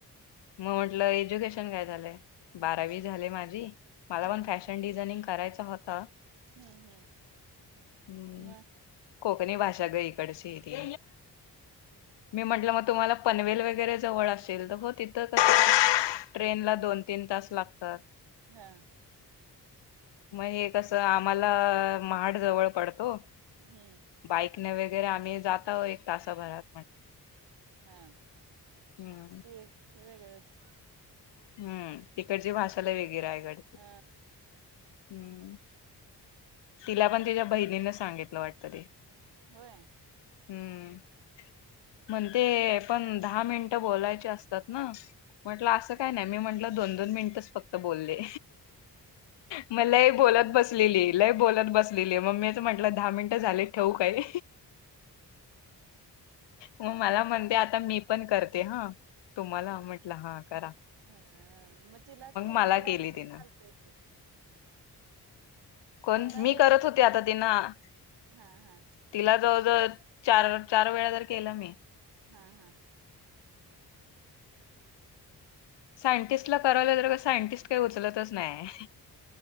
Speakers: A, on the left; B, on the right.
A: मी म्हटलं एज्युकेशन काय झालंय?
B: हम्म
A: बारावी झाले माझी. मला
B: हम्म
A: पण फॅशन डिझाइनिंग करायच होत.
B: हम्म हम्म.
A: हम्म,
B: मग
A: कोकणी भाषा ग इकडची ती. मी म्हटलं मग तुम्हाला पनवेल वगैरे जवळ असेल. तर हो तिथं तर ट्रेनला
B: मग
A: दोन तीन तास लागतात.
B: हा
A: मग हे कस आम्हाला महाड जवळ पडतो.
B: हम्म
A: बाईकने वगैरे आम्ही जाताव एक तासाभरात.
B: हा.
A: <inaudible>
B: ते एक वेगळच
A: हम्म, तिकडची भाषा लई वेगळी आहे. रायगड
B: हा.
A: हम्म, तिला पण तिच्या बहिणीन सांगितलं वाटतं.
B: होय.
A: हम्म. म्हणते पण दहा मिनटं बोलायचे असतात ना. म्हटलं अस
B: ह
A: काय नाही. मी म्हंटलं दोन दोन मिनिटच फक्त बोलले. मग लई बोलत
B: होय
A: बसलेली. लई बोलत बसलेली. मग मी च म्हटलं दहा मिनिटं झाले ठेवू काय. मग मला म्हणते आता मी पण करते हा तुम्हाला म्हटलं हा करा
B: हा मग तिलाच केलीस
A: मला
B: तर
A: केली
B: आणि परत
A: तिनं
B: चालतय की
A: कोण
B: आता
A: मी
B: हे
A: करत होते आता तिनं
B: हा हा
A: तिला जवळ जवळ चार चार वेळा तर केल मी
B: हा हा
A: सायंटिस्ट ला करायला गेलं तर सायंटिस्ट
B: म
A: काय उचलतच नाय हाय.